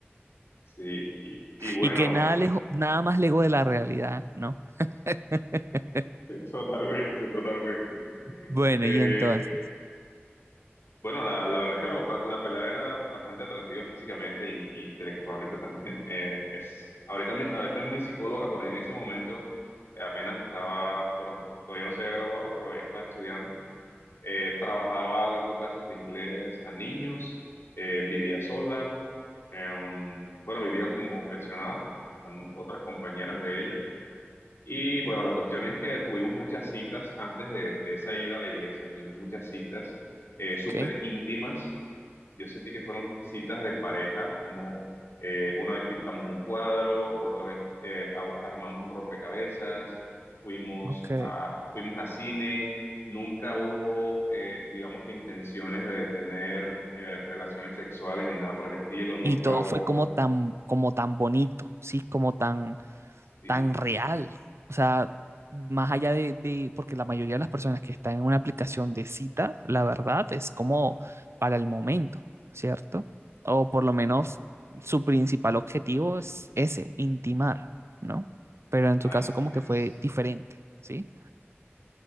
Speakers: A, on the left; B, on the right.
A: Sí, y, y bueno.
B: Y que nada, lejo- nada más lejos de la realidad, ¿no? <laughs>
A: Totalmente, totalmente.
B: Bueno,
A: Eh,
B: y entonces,
A: bueno, la, la verdad es que la, papa- la pelada era bastante atractiva físicamente y, y intelectualmente también. Eh, es, ahorita, mi- ahorita mismo es psicóloga, pero en ese momento eh, apenas estaba por, todavía no se había graduado, todavía estaba estudiando. Eh, trabajaba dando clases de inglés a niños, eh, vivía sola, eh, um, bueno, vivía como pensionada con otras compañeras de ella y bueno, la cuestión es que tuvimos muchas citas antes de, de esa ida a la iglesia, tuvimos muchas citas eh, súper
B: ¿ok?
A: íntimas. Yo sentí que fueron citas de pareja, como eh, una vez pintamos un cuadro, otra vez eh, a- armamos un rompecabezas, fuimos
B: Ok.
A: a, fuimos a cine. Nunca hubo, eh, digamos que intenciones de tener eh, relaciones sexuales ni nada por el estilo. Nunca
B: Y todo
A: hubo,
B: fue como tan, como tan bonito, ¿sí? Como tan,
A: sí,
B: tan real. O sea, más allá de, de, porque la mayoría de las personas que están en una aplicación de cita, la verdad es como para el momento, ¿cierto? O por lo
A: sí,
B: menos su principal objetivo es ese, intimar, ¿no? Pero en tu
A: así
B: caso como que
A: es.
B: fue diferente, ¿sí?